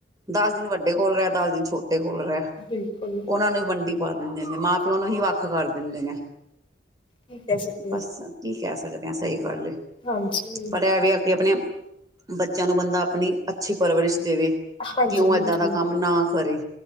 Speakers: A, on the right; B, on the left.
A: ਦਸ ਦਿਨ ਵੱਡੇ ਕੋਲ ਰਹਿ ਦਸ ਦਿਨ ਛੋਟੇ ਕੋਲ ਰਹਿ
B: ਬਿਲਕੁਲ ਬਿਲਕੁਲ।
A: ਉਹਨਾਂ ਨੂੰ ਵੀ ਵੰਡੀ ਪਾ ਦਿੰਦੇ ਨੇ ਮਾਂ-ਪਿਓ ਨੂੰ ਹੀ ਵੱਖ ਕਰ ਦਿੰਦੇ ਨੇ।
B: ਕੀ ਕਹਿ ਸਕਦੇ
A: ਬਸ
B: ਹਾਂ।
A: ਕੀ ਕਹਿ ਸਕਦੇ ਹਾ। ਕਰ ਲਏ
B: ਹਾਂਜੀ
A: ਪਰ ਐ ਵੀ ਆ ਕਿ ਆਪਣੇ ਬੱਚਿਆਂ ਨੂੰ ਬੰਦਾ ਆਪਣੀ ਅੱਛੀ ਪਰਵਰਿਸ਼ ਦੇਵੇ
B: ਹਾਂਜੀ
A: ਕਿਉਂ
B: ਬਿਲਕੁਲ
A: ਏਦਾਂ ਦਾ ਕੰਮ ਨਾ ਕਰੇ